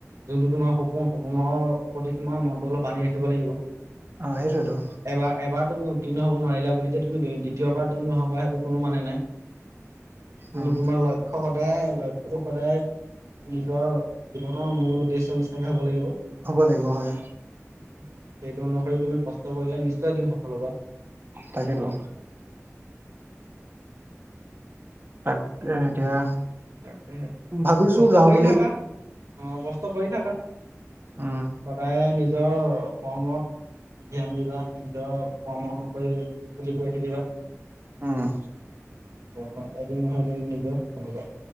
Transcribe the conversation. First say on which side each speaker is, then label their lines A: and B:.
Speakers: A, on the right; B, on the right.
A: যোনটো তোমাৰ সপোন সপোনৰ প্ৰতি তোমাৰ মনটো অলপ বান্ধি ৰাখিব লাগিব। এবাৰ,
B: অ সেইটোয়েতো
A: এবাৰ তুমি উ উত্তীৰ্ণ হ'ব নোৱাৰিলা বুলি যে তুমি দি-দ্বিতীয়বাৰ তুমি নহ'বা সেইটো কোনো মানে নাই। কিন্তু
B: উম
A: তোমাৰ লক্ষ্য হ সদায় লক্ষ্যটো সদায় নিজৰ জীৱনৰ মূল উদ্দেশ্য নিচিনাকে হ'ব লাগিব।
B: হ'ব লাগিব হয়।
A: হয়, সেইটো অনুসৰি তুমি কষ্ট কৰিলে নিশ্চয় দিম সফল হ'বা।
B: তাকেটো। তাক এ এতিয়া
A: তাকেহে
B: ভাবিছো
A: কষ্ট
B: যাওঁ
A: কৰি
B: বুলি
A: থাকা, অ', কষ্ট কৰি থাকা।
B: উম,
A: সদায় নিজৰ কৰ্মত ধ্যান দিবা, নিজৰ কৰ্ম অনুসৰি খুলি কৰি থাকিবা।
B: উম।
A: অ', অ', এদিন নহয় এদিন নিজে হ'বা।